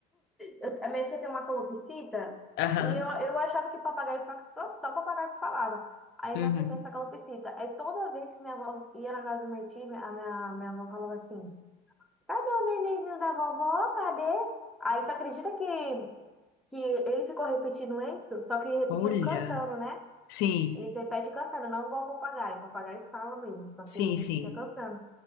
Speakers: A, in the centre; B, on the left.
A: eu- a minha tia tem uma calopsita
B: Aham.
A: e eu, eu achava que papagaio só, só só papagaio que falava. Aí
B: Uhum.
A: minha tia tem essa calopsita. Aí toda vez que minha avó ia na casa da minha tia, a minha, minha avó falava assim. Cadê o nenenzinho da vovó? Cadê? Aí tu acredita que, que ele ficou repetindo isso? Só que repetindo
B: Olha.
A: cantando, né?
B: Sim,
A: Eles repetem cantando, não igual o papagaio. O papagaio fala mesmo, só
B: sim,
A: que ele repetia
B: sim.
A: cantando.